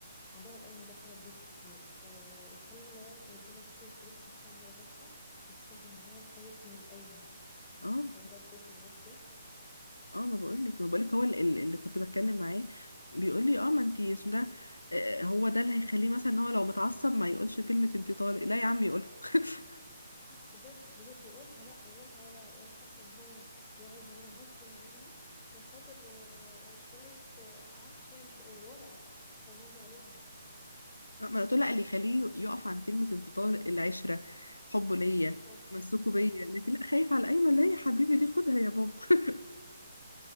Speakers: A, on the left; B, on the left.
A: موضوع القايمة ده خرب بيت كتير و- وخلى رجالة كتير تروح تخون مراتاتها بسبب ان هو خايف من القايمة انت
B: اه
A: متخيلة بتوصل لغاية فين
B: اه ما بقولك ما بقولك هو اللي, اللي كنت بتكلم معاه بيقول لي اه ما انتي اسم ده آه، هو ده اللي هيخليه مثلا ان هو لو متعصب ما يقولش كلمه انتي طالق لا يا عم يقولها <laughs>
A: صح بجد بجد يقولها لا يقولها ولا ولا حتى ان هو يقعد معايا غصب عنه عشان خاطر آه، شوية آه، عفش يعني شو ورقة هو ماضي عليها
B: آه، ما انا قلت له لا، اللي يخليه يقف عن كلمة انتظار العشرة حبه ليا
A: بالظبط
B: تمسكه
A: صح
B: بيا لكن لا خايف على ايمن لا يا حبيبي ليه خدها يا بابا <laughs>